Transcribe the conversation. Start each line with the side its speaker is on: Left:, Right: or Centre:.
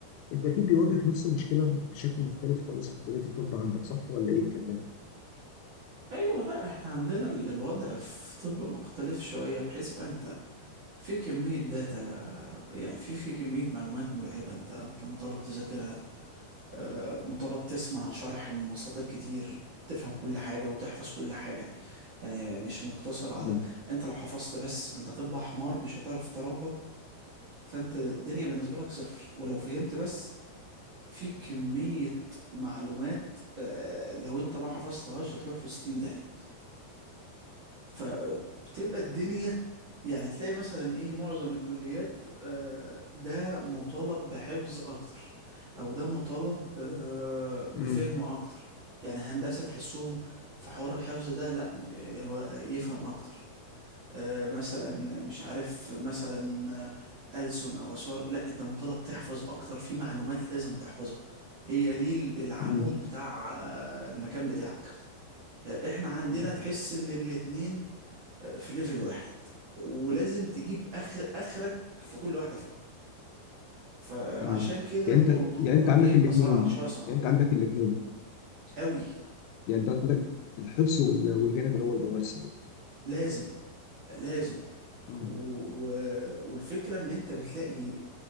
Left: أنت أكيد بيواجهك نفس المشكلة بشكل مختلف خالص في كلية الطب عندك صح ولا إيه الكلام؟
Right: ايوه لا احنا عندنا ال- الوضع في طب مختلف شويه بحيث بقى انت في كميه داتا يعني في في كميه معلومات مرعبه انت انت مطالب تذاكرها آه، مطالب تسمع شرح من مصادر كتير تفهم كل حاجه وتحفظ كل حاجه يعني مش مقتصر على
Left: مم.
Right: انت لو حفظت بس انت هتبقى حمار مش هتعرف تربط فانت الدنيا بالنسبه لك صفر ولو فهمت بس في كميه معلومات آه، لو انت ما حفظتهاش هتروح في 60 داهيه فبتبقى الدنيا يعني تلاقي مثلا ايه معظم الكليات آه، ده مطالب بحفظ اكتر او ده مطالب ب-
Left: اه
Right: بفهم اكتر يعني هندسة تحسهم في حوار الحفظ ده لا م- هو يفهم اكتر آه، مثلا مش عارف مثلا آه، ألسن او آثار لا انت مطالب تحفظ اكتر في معلومات لازم تحفظها هي دي العمود
Left: مم.
Right: بتاع آه، المكان بتاعك آه، احنا عندنا
Left: مم.
Right: تحس ان الاتنين في ليفل واحد ولازم تجيب اخر اخرك في كل واحده فيهم فعشان
Left: مم.
Right: كده
Left: يعني
Right: الموضوع
Left: انت يعني انت عندك
Right: بيبقى
Left: الاثنين
Right: صعب شويه صعب
Left: يعني انت عندك الاثنين
Right: قوي
Left: يعني انت عندك الحفظ وال- والجانب اللي هو الممارسه برضه
Right: لازم لازم
Left: مم.
Right: و... و... والفكره ان انت بتلاقي